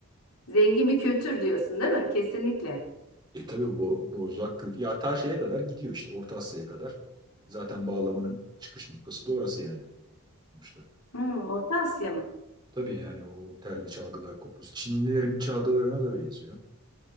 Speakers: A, on the left; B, on the right.
A: Zengin bir kültür diyorsun değil mi? Kesinlikle.
B: E tabii bu Bozlak Kürt ya ta şeye kadar gidiyor işte Orta Asya'ya kadar. Zaten bağlamanın çıkış noktası da orası yani. İşte.
A: Hı, Orta Asya mı?
B: Tabii yani o telli çalgılar, kopuz. Çinlilerin çalgılarına da benziyor.